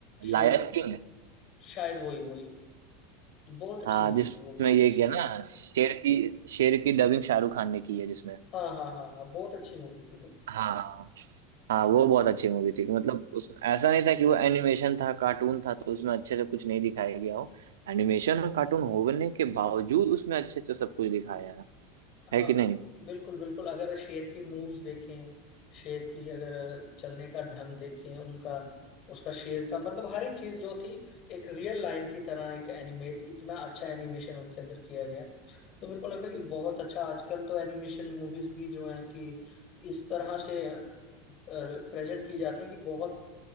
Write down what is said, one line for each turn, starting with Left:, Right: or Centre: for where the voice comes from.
Left: शेर
Right: Lion King
Left: शायद वही वही बहुत अच्छी
Right: हाँ
Left: मूवी
Right: जिसमें
Left: थी वो बहुत
Right: ये
Left: अच्छी
Right: किया ना शेर की शेर की डबिंग शाहरुख खान ने की है जिसमें
Left: हाँ हाँ हाँ हाँ बहुत अच्छी मूवी थी वो
Right: हाँ हाँ वो
Left: हाँ जी
Right: बहुत अच्छी मूवी थी कि मतलब उसमें ऐसा नहीं था कि वो एनिमेशन था कार्टून था तो उसमें अच्छे से कुछ नहीं दिखाया गया हो एनिमेशन और कार्टून होने के बावजूद उसमें अच्छे से सब कुछ दिखाया है है
Left: हाँ
Right: कि नहीं
Left: बिल्कुल बिल्कुल अगर शेर की मूव्स देखें शेर की अगर चलने का ढंग देखें उनका उसका शेर का मतलब हर एक चीज जो थी एक रियल लाइन की तरह एक एनिमेट इतना अच्छा एनिमेशन उनके अंदर किया गया तो मेरे को लगता है कि बहुत अच्छा आजकल तो एनिमेशन मूवीज भी जो है कि इस तरह से प्रेजेंट की जाती है कि बहुत